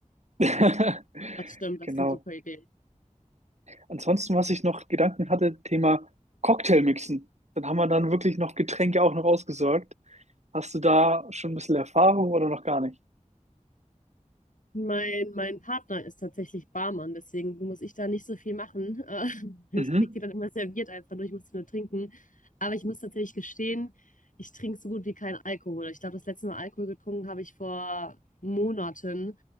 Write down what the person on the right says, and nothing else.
<laughs>
Genau.
Ansonsten, was ich noch Gedanken hatte, Thema Cocktailmixen. Dann haben wir dann wirklich noch Getränke auch noch ausgesorgt. Hast du da schon ein bisschen Erfahrung oder noch gar nicht?
Mhm.